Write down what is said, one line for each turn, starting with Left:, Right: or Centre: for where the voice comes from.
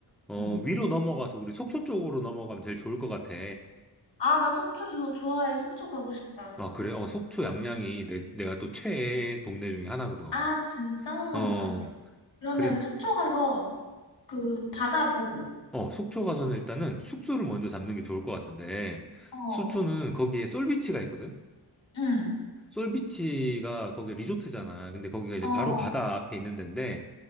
Centre: 어,
Left: 음.
Centre: 위로 넘어가서 우리 속초 쪽으로 넘어가면 제일 좋을 것 같아.
Left: 아, 나 속초 조- 좋아해. 속초 가고 싶다.
Centre: 아, 그래? 어, 속초 양양이
Left: 음.
Centre: 내, 내가 또 최애 동네 중에 하나거든.
Left: 아, 진짜?
Centre: 어,
Left: 그러면
Centre: 그래서,
Left: 속초 가서 그 바다 보고,
Centre: 어, 속초 가서는 일단은 숙소를 먼저 잡는 게 좋을 것 같은데,
Left: 어,
Centre: 속초는 거기에 솔비치가 있거든?
Left: 응,
Centre: 솔비치가 거기 리조트잖아. 근데 거기가 이제
Left: 어,
Centre: 바로 바다 앞에 있는 데인데,